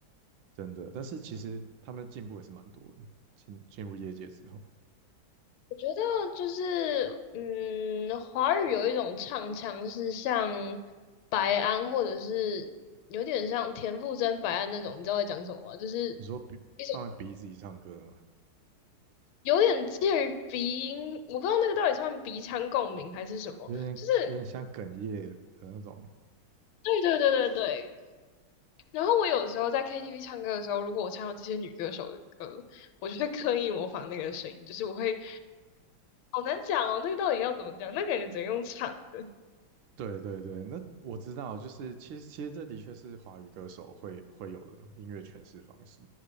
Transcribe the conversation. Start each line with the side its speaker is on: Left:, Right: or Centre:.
Right: 真的，但是其实他们进步也是蛮多的。进进入业界之后，
Left: 我觉得就是，嗯，华语有一种唱腔是像白安，或者是有点像田馥甄、白安那种，你知道我在讲什么吗？就是
Right: 你说鼻放在鼻子里唱歌的嘛，
Left: 一种有点介于鼻音，我不知道那个到底算鼻腔共鸣还是什么，
Right: 有点有点像哽咽的那种
Left: 就是对对对对对。然后我有时候在 KTV 唱歌的时候，如果我唱到这些女歌手的歌，我就会刻意模仿那个声音，就是我会好难讲哦，那个到底要怎么讲？那个感觉只能用唱的。
Right: 对对对，那我知道，就是其实其实这的确是华语歌手会会有的音乐诠释方式。